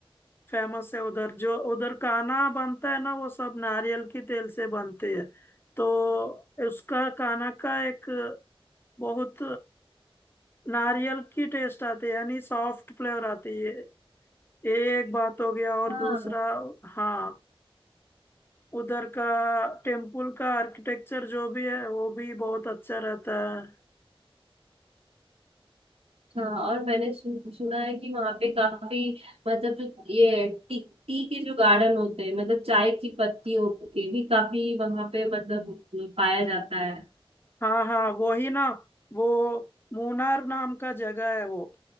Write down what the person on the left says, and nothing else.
फेमस है उधर जो उधर काना बनता है ना वो सब नारियल की तेल से बनते हैं तो उसका काना का एक बहुत नारियल की टेस्ट आती है यानी सॉफ्ट फ्लेवर आती है ये एक बात हो गया और
दूसरा हाँ उधर का टेम्पल का आर्किटेक्चर जो भी है वो भी बहुत अच्छा रहता है
हाँ हाँ वो ही ना वो मूनार नाम का जगह है वो